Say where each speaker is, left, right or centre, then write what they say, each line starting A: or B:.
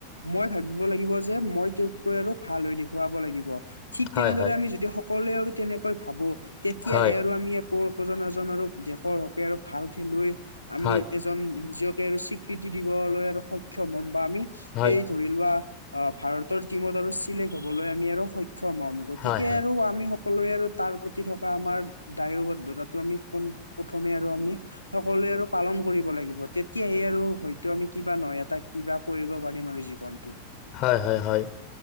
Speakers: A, on the left; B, on the left.
A: মই ভাৱিব লাগিব যে মই তেওঁতকৈ আৰু ভাল হৈ দেখুৱাব লাগিব। ঠিক
B: হয়
A: তেনেদৰে
B: হয়
A: আমি যদি সকলোৱে আৰু তেনেকৈ ভাবোঁ তেতিয়াহে
B: হয়
A: আৰু আমি। <unintelligible> এজন আৰু দেশৰ হকে আৰু ভাল খেলুৱৈ আমি
B: হয়
A: এজন নিজকে আৰু চিক কৃতি দিবলৈ আৰু সক্ষম হ'ম বা আমি
B: হয়
A: সেই ধৰি লোৱা। অ ভাৰতৰ টিমত আৰু চিলেক্ট হ'বলৈ আমি আৰু সক্ষম হম গতিকে
B: হয় হয়
A: আৰু আমি। সকলোৰে আৰু তাৰ প্ৰতি থকা আমাৰ দায়বদ্ধতাটো আমি পোন প্ৰথমে আৰু আমি। সকলোৱে আৰু পালন কৰিব লাগিব তেতিয়াহে আৰু হয়তো আমি কিবা নহয় এটা কিবা। কৰিব পাৰিম আৰু জীৱনটো।
B: হয়, হয়, হয়।